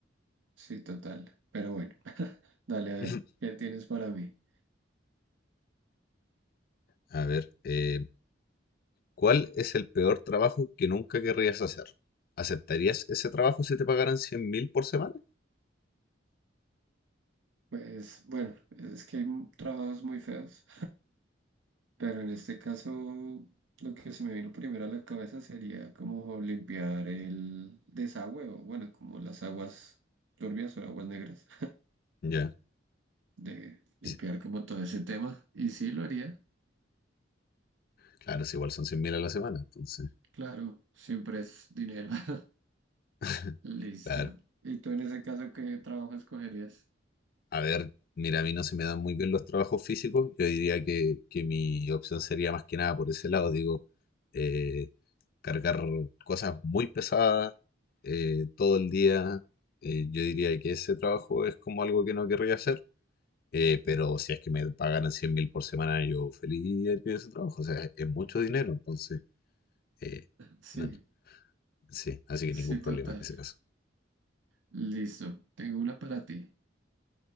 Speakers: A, on the right; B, on the left.
A: Sí, total. Pero bueno, <laughs> dale a ver,
B: <laughs>
A: ¿qué tienes para mí?
B: A ver, eh, ¿Cuál es el peor trabajo que nunca querrías hacer? ¿Aceptarías ese trabajo si te pagaran cien mil por semana?
A: Pues bueno, es que hay m- trabajos muy feos. Pero en este caso, lo que se me vino primero a la cabeza sería como limpiar el desagüe, o bueno, como las aguas turbias o aguas negras,
B: Ya.
A: <laughs> de limpiar
B: Y si-
A: como todo ese tema. Y sí lo haría,
B: Claro, si igual son cien mil a la semana, entonces.
A: claro, siempre es dinero. <laughs>
B: <laughs>
A: Listo.
B: Claro.
A: ¿Y tú en ese caso qué trabajo escogerías?
B: A ver, mira, a mí no se me dan muy bien los trabajos físicos. Yo diría que, que mi opción sería más que nada por ese lado, digo, eh, cargar cosas muy pesadas eh, todo el día. eh, yo diría que ese trabajo es como algo que no querría hacer. Eh, pero si es que me pagaran cien mil por semana, yo feliz haría ese trabajo. O sea, es mucho dinero, entonces, eh,
A: Sí,
B: no, no, sí, así que
A: sí,
B: ningún problema
A: total.
B: en ese caso.
A: Listo, tengo una para ti.